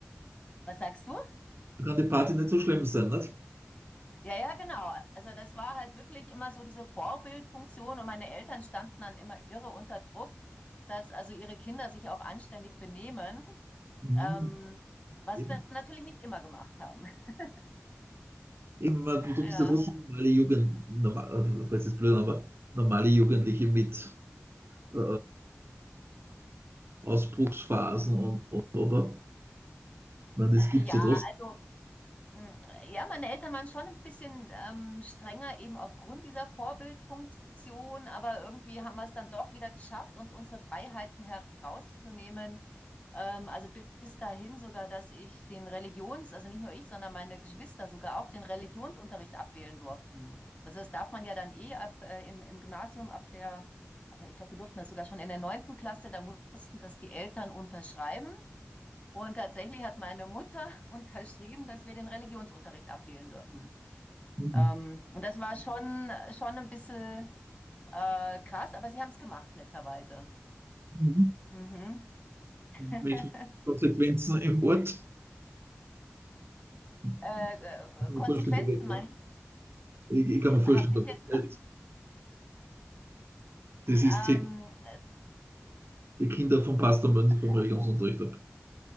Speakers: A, on the left (about 25°); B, on the right (about 50°).
A: Was sagst du?
B: kann die Party nicht so schlimm sein, nicht?
A: Ja, ja, genau. Also das war halt wirklich immer so diese Vorbildfunktion und meine Eltern standen dann immer irre unter Druck, dass also ihre Kinder sich auch anständig benehmen,
B: Mhm.
A: ähm, was
B: Eben.
A: wir natürlich nicht immer gemacht haben. <laughs>
B: Eben, man- du
A: Ja,
B: bist ja trotzdem normale Jugend, normal, falls jetzt blöd, aber normale Jugendliche mit äh, Ausbruchsphasen und, und oder? Ich meine, das gibt
A: ja,
B: es ja trotzdem.
A: also Mm, Ja, meine Eltern waren schon ein bisschen ähm, strenger eben aufgrund dieser Vorbildfunktion, aber irgendwie haben wir es dann doch wieder geschafft, uns unsere Freiheiten herauszunehmen. Ähm, also bi- bis dahin sogar, dass ich den Religions, also nicht nur ich, sondern meine Geschwister sogar auch den Religionsunterricht abwählen durften. Also das darf man ja dann eh ab äh, im, im Gymnasium ab der, aber ich glaube, wir durften das sogar schon in der neunten Klasse, da mussten das die Eltern unterschreiben. Und tatsächlich hat meine Mutter <laughs> unterschrieben, dass wir den Religionsunterricht abwählen dürfen.
B: Mhm.
A: Ähm, und das war schon, schon ein bisschen äh, krass, aber sie haben es gemacht, netterweise.
B: Mhm.
A: Mhm. <laughs> äh,
B: menschliche Konsequenzen im Ort. Ich
A: äh,
B: kann
A: Konsequenzen
B: mir vorstellen, da wird
A: meinst du?
B: ja. Ich, ich
A: Ich
B: kann
A: habe
B: mir vorstellen,
A: dich
B: da
A: jetzt.
B: wird Das
A: Ähm,
B: ist täglich die Kinder vom Pastor müssen sich vom Religionsunterricht ab.